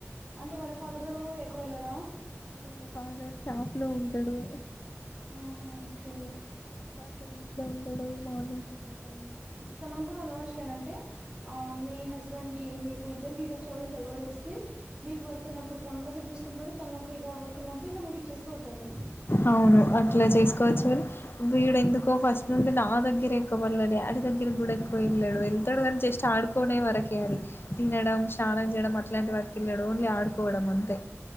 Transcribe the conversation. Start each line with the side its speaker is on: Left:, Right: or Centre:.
Right: అంటే వాళ్ళ ఫాదర్ దగ్గర కూడా ఎక్కువ వెళ్ళాడా
Left: వాళ్ల ఫాదర్ షాప్ లో ఉంటడు
Right: ఓకే
Left: రాత్రి ఇంట్లో ఉండడు మార్నింగ్ తినే టైమ్
Right: తనకు కూడా అలవాటు చేయాలంటే ఆ మీ హస్బెండ్ కి మీకు ఇద్దరికిచ్చే వాళ్ళకి అలవాటు వేస్తే మీకు వర్క్ ఉన్నప్పుడు తను కాసేపు చూసుకుంటాడు తనకు ఇగ వరకున్నప్పుడు ఇక మీకీచ్చేసిపోతాడు
Left: అవును అట్లా చేసుకోవచ్చు కదా వీడెందుకో ఫస్ట్ నుండి నా దగ్గర ఎక్కువ వాళ్ళ డాడీ దగ్గర కి కూడా ఎకువ వెళ్ళాడు వెళ్తాడు క జస్ట్ ఆడుకోనే వరకే అది తినడం స్నానం చేయడం అట్లాంటి వారికి వెళ్ళడం ఓన్లీ ఆడుకోవడం అంతే